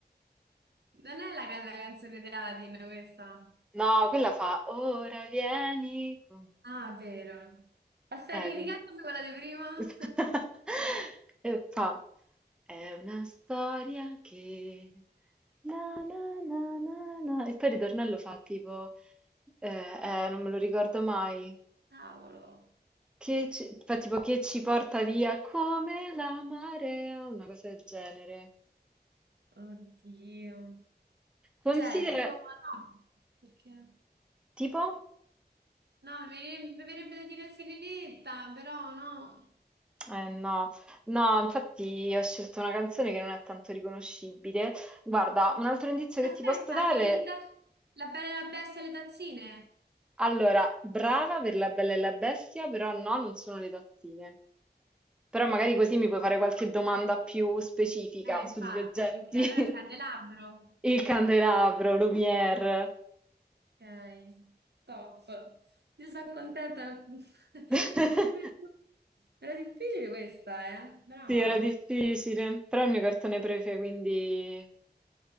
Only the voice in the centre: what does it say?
no, quella fa ora vieni con...
Eh, quindi-
<laughs> e fa È una storia che... Na, na, na, na, na. E poi il ritornello fa tipo... Eh, eh, non me lo ricordo mai.
Che ci... Fa tipo che ci porta via come la marea, una cosa del genere.
Considera...
Tipo?
Eh no, no, infatti ho scelto una canzone che non è tanto riconoscibile. Guarda, un altro indizio che
ti posso dare
Allora, brava per La Bella e la Bestia, però no, non sono le tazzine. Però magari così mi puoi fare qualche domanda più specifica
sugli oggetti.
<laughs> Il candelabro, Lumière.
<laughs>
Sì, era difficile, però è il mio cartone prefe, quindi